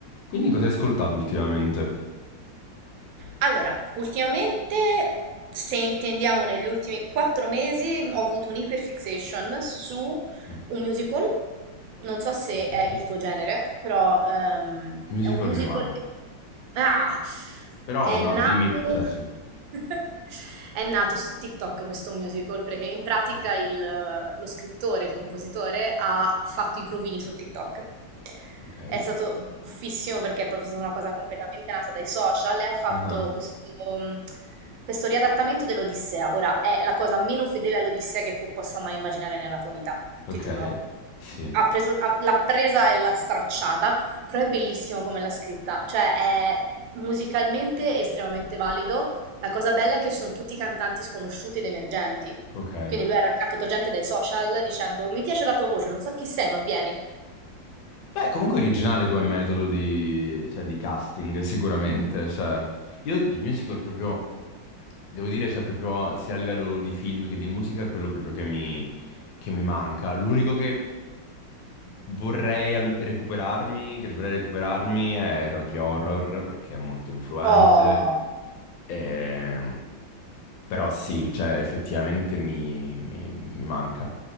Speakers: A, on the left; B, on the right.
A: Quindi cosa hai ascoltato ultimamente?
B: Allora, ultimamente, se intendiamo negli ultimi quattro mesi, ho avuto un'iperfixation su
A: Mm.
B: un musical. Non so se
A: Ok,
B: è il tuo genere, però ehm,
A: Musical
B: è un musical.
A: mi manca.
B: Ah!
A: Però
B: È
A: no,
B: nato.
A: dimmi, cioè sono...
B: <laughs> È nato su TikTok questo musical perché in pratica
A: ok.
B: il- lo scrittore, il compositore, ha fatto i provini su TikTok.
A: Ok?
B: È stato buffissimo perché è proprio stata una cosa completamente nata dai social e ha fatto
A: Ah,
B: questo, mh, questo riadattamento dell'Odissea. Ora, è la cosa meno fedele all'Odissea che tu possa mai immaginare nella tua vita,
A: Ok,
B: ti giuro.
A: sì,
B: Ha preso- ha- l'ha presa e l'ha stracciata, però è bellissimo come l'ha scritta. Cioè, è musicalmente estremamente valido. La cosa bella è che sono tutti cantanti sconosciuti ed emergenti.
A: ok.
B: Quindi lui ha raccattato gente dai social dicendo: Mi piace la tua voce, non so chi sei, ma vieni.
A: Beh, comunque originale come metodo di, cioè, di casting, sicuramente. Cioè, io di musical proprio, devo dire, cioè, proprio sia a livello di film che di musica, è quello proprio che mi, che mi manca. L'unico che vorrei al- recuperarmi, che dovrei recuperarmi, è Rocky Horror, perché è molto influente.
B: Oh!
A: Ehm, però sì, cioè effettivamente mi, mi- mi manca.